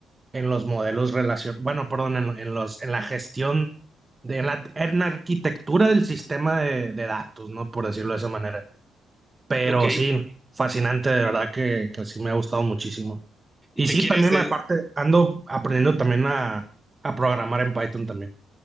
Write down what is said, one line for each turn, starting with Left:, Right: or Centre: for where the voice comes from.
Right: en los modelos relación, bueno, perdón, en, en los, en la gestión de, en la, en la arquitectura del sistema de, de datos, ¿no? Por decirlo de esa manera. Pero
Centre: Ok,
Right: sí, fascinante, de verdad que, que sí me ha gustado muchísimo.
Centre: y
Right: Y
Centre: te
Right: sí,
Centre: quieres
Right: también
Centre: de,
Right: aparte ando aprendiendo también a, a programar en Python también.